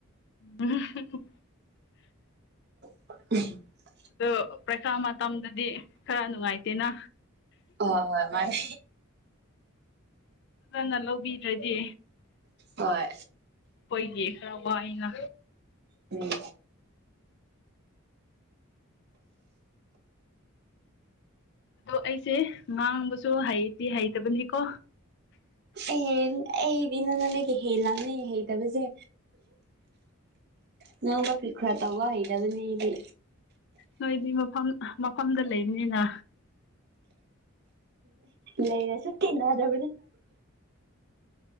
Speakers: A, on the left; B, on the right.
A: ꯎ
B: <inaudible>
A: ꯑꯗꯣ ꯄꯔꯤꯈꯥ ꯃꯇꯝꯗꯗꯤ ꯈꯔ ꯅꯨꯡꯉꯥꯏꯇꯦꯅ
B: ꯍ ꯍꯣꯏ ꯃꯥꯔ
A: ꯐꯖꯅ ꯂꯧꯕꯤꯗ꯭ꯔꯗꯤ
B: ꯍꯣꯏ
A: ꯑꯩꯏꯒꯤ ꯋꯥꯏꯅ
B: ꯎꯝ
A: ꯑꯗꯣ ꯑꯩꯁꯦ ꯉꯥꯡꯕꯁꯨ ꯍꯩꯇꯗꯤ ꯍꯩꯇꯕꯅꯤꯀꯣ
B: ꯑꯦ ꯑꯩꯗꯤꯅ ꯅꯒ ꯍ ꯂꯂꯝꯅꯦ ꯍꯩ ꯇꯕꯁꯦ ꯉꯪꯕ ꯐ ꯈꯔ ꯇ ꯋꯥ ꯍꯗ ꯑꯗꯨꯅꯤꯗꯤ
A: ꯅꯣꯏꯗꯤ ꯃꯐꯝ ꯃꯐꯝꯗ ꯂꯩꯕꯅꯤꯅ
B: ꯂꯩꯔꯁ ꯀꯅꯗꯕ